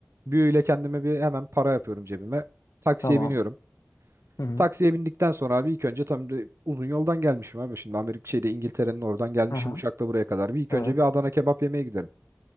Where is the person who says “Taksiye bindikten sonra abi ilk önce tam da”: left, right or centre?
Right